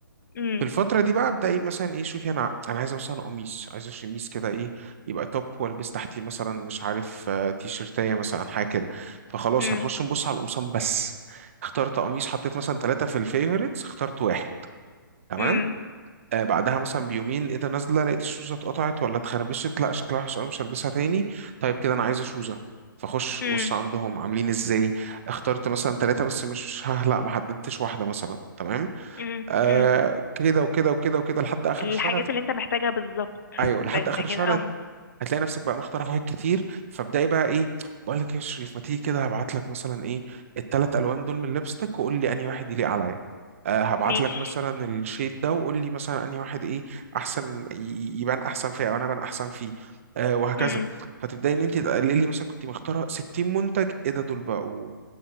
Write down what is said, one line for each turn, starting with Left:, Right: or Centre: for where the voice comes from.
Left: امم
Right: في الفترة دي بقى ابدا ايه مثلا ايه شوفي انا انا عايز مثلا قميص عايز شميس كده ايه يبقى توب والبس تحتيه مثلا مش عارف آه، تي شيرتايه مثلا حاجة كده فخلاص
Left: امم
Right: هنخش نبص على القمصان بس اخترت قميص حطيت مثلا ثلاثة في الفيفوريتس اخترت واحد تمام
Left: امم
Right: آه بعدها مثلا بيومين ايه ده نازلة لقيت الشوزة اتقطعت ولا اتخربشت لا شكلها وحش قوي مش هلبسها تاني طيب كده انا عايزة شوزة فخش
Left: امم
Right: بص عندهم عاملين ازاي اخترت مثلا ثلاثة بس مش ها لا ما حددتش واحدة مثلا تمام
Left: امم
Right: آه
Left: امم
Right: كده وكده وكده وكده لحد اخر
Left: الحاجات
Right: الشهر هت...
Left: اللي انت محتاجها بالظبط
Right: ايوه لحد
Left: ده انت
Right: اخر الشهر
Left: كده او
Right: هت... هتلاقي نفسك بقى مختار حاجات كتير فابداي بقى ايه بقول لك ايه يا شريف ما تيجي كده هبعت لك مثلا ايه الثلاث الوان دول من الليبستيك وقول لي انهي واحد يليق عليا آه هبعت
Left: ماشي
Right: لك مثلا الشيد ده وقول لي مثلا انهي واحد ايه احسن ي- ي- يبان احسن فيه او انا ابان احسن فيه آه وهكذا
Left: امم
Right: فتبداي ان انت تقللي مثلا كنت مختاره 60 منتج ايه ده دول بقوا